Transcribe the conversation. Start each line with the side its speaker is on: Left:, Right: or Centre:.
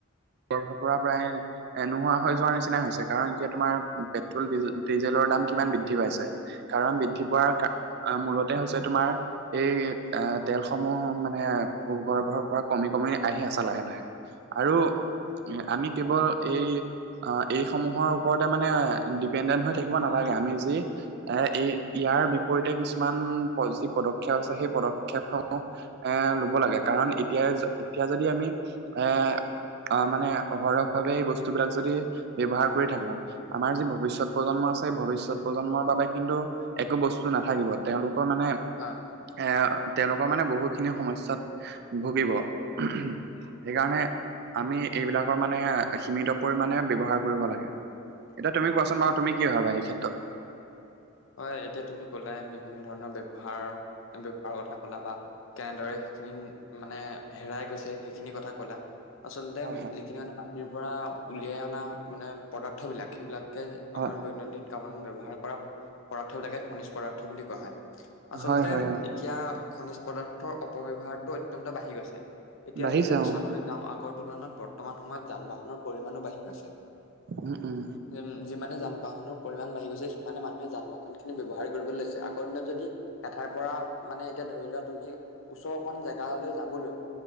Right: ভাৰ পৰা প্ৰায়, এ নোহোৱা হৈ যোৱাৰ নিচিনা হৈছে কাৰণ এতিয়া তোমাৰ পেট্ৰল ডিজেলৰ দাম কিমান বৃদ্ধি পাইছে। কাৰণ বৃদ্ধি পোৱাৰ মূলতে হৈছে তোমাৰ এই, আহ তেলসমূহ মানে ভূগৰ্ভৰ পৰা কমি কমি আহি আছে লাহে লাহে। আৰু আমি কেৱল এই এই সমূহৰ, ওপৰতে মানে ডিপেণ্ডেণ্ট হৈ থাকিব নালাগে আমি যি, এ এই ইয়াৰ বিপৰীতে কিছুমান যি পদক্ষেপ আছে সেই পদক্ষেপসমূহ এ লব লাগে কাৰণ এতিয়াই এতিয়া যদি আমি এ অ মানে অহৰহ ভাৱে এই বস্তু বিলাক যদি ব্যয়ৱহাৰ কৰি থাকো। আমাৰ যি ভৱিষ্যত প্ৰজন্ম আছে ভৱিষ্যত প্ৰজন্মৰ বাবে কিন্তু, একো বস্তু নাথাকিব তেওঁলোকৰ মানে।
Left: হয়।
Right: এ তেওঁলোকৰ মানে বহুতখিনি সমস্যয়াত ভুগিব সেইকাৰণে। আমি এইবিলাকৰ মানে সীমিত পৰিমামানে ব্যৱহাৰ কৰিব লাগে এতিয়া তুমি কোৱাচোন বাৰু তুমি কি ভাবা এই ক্ষেত্ৰত,
Left: হয় এতিয়া তুমি ক'লাই বিভিন্ন ধৰণৰ ব্যৱহাৰ ব্যৱহাৰৰ কথা কলা বা, কেনেদৰে সেইখিনি মানে হেৰাই গৈছে সেইখিনি কথা কলা। আচলতে
Right: হয়
Left: যিখিনি মানে মাটিৰ পৰা উলিয়াই অনা মানে পদাৰ্থ বিলাক সেইবিলাক।
Right: হয়
Left: আমাৰ দৈনন্দিন কামত ব্যৱহাৰ কৰা। পদাৰ্থ বিলাকে খনিজ পদাৰ্থ বুলি কোৱা হয়
Right: হয়
Left: আচলতে,
Right: হয় হয় অ
Left: সেয়া খনিজ পদাৰ্থৰ অপব্যৱহাৰৰ অত্যন্ত বাঢ়ি গৈছে এতিয়া
Right: বাঢ়িছে
Left: আমি যদি
Right: অ
Left: চাবলৈ, যাওঁ আগৰ তুলনাত বৰ্তমান সময়ত যান বাহনৰ পৰিমামানো বাঢ়ি গৈছে।
Right: উম উম,
Left: উম যিমানে যান বাহনৰ পৰিমাণ বাঢ়ি গৈছে সিমানে মানুহে যান বাহন, ন খিনি ব্যৱহাৰ কৰিবলৈ লৈছে আগৰ দিনত যদি এঠাইৰ পৰা মানে এতিয়া ধৰি লোৱা তুমি, ওচৰ অকন জেগালৈ যাবলৈ